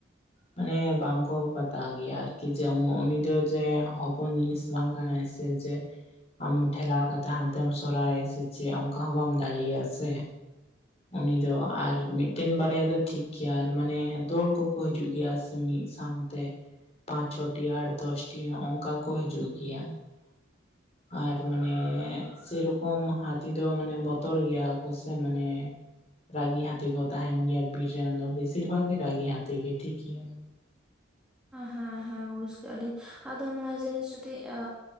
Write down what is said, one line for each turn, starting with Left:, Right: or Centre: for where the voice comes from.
Left: ᱢᱟᱱᱮ ᱵᱟᱝᱠᱚ ᱵᱟᱛᱟᱣ ᱜᱮᱭᱟ ᱟᱨᱠᱤ ᱡᱮ ᱩᱱᱤ ᱫᱚ ᱡᱮ ᱦᱚᱯᱚᱱ ᱡᱤᱱᱤᱥ ᱵᱟᱝ ᱠᱟᱱᱟ ᱮ ᱥᱮ ᱡᱮ ᱟᱢ ᱴᱷᱮᱞᱟᱣ ᱠᱟᱛᱮᱫ ᱦᱟᱱᱛᱮᱢ ᱥᱚᱨᱦᱟᱭᱟ ᱥᱮ ᱪᱮᱫ ᱚᱱᱠᱟ ᱦᱚᱸ ᱵᱟᱢ ᱫᱟᱲᱮᱭᱟᱜᱼᱟ ᱥᱮ ᱩᱱᱤ ᱫᱚ ᱟᱨ ᱢᱤᱫᱴᱮᱱ ᱵᱟᱨᱭᱟ ᱫᱚ ᱴᱷᱤᱠ ᱜᱤᱭᱟ ᱟᱨ ᱢᱟᱱᱮ ᱫᱚᱞ ᱠᱚᱠᱚ ᱦᱤᱡᱩᱜ ᱜᱮᱭᱟ ᱢᱤᱫ ᱥᱟᱶᱛᱮ ᱯᱟᱸᱪ ᱪᱷᱚᱴᱤ ᱟᱴ ᱫᱚᱥᱴᱤ ᱱᱚᱝᱠᱟ ᱠᱚ ᱦᱤᱡᱩᱜ ᱜᱤᱭᱟ <inaudible> ᱟᱨ ᱢᱟᱱᱮ ᱥᱮᱨᱚᱠᱚᱢ ᱦᱟᱹᱛᱤ ᱫᱚ ᱢᱟᱱᱮ ᱵᱚᱛᱚᱨ ᱜᱮᱭᱟᱠᱚ ᱥᱮ ᱢᱟᱱᱮ ᱨᱟᱹᱜᱤ ᱦᱟᱹᱛᱤ ᱠᱚ ᱛᱟᱦᱮᱱ ᱜᱤᱭᱟ ᱵᱤᱨ ᱨᱮᱱ ᱫᱚ ᱵᱮᱥᱤᱨ ᱵᱷᱟᱜᱽ ᱜᱮ ᱨᱟᱹᱜᱤ ᱦᱟᱹᱛᱤ ᱜᱮ ᱴᱷᱤᱠ ᱜᱤᱭᱟ
Centre: ᱦᱮᱸ ᱦᱮᱸ ᱵᱩᱡᱽ ᱠᱟᱹᱜᱼᱟ ᱞᱤᱧ ᱟᱫᱚ ᱱᱚᱣᱟ ᱡᱤᱱᱤᱥ ᱡᱩᱫᱤ ᱟ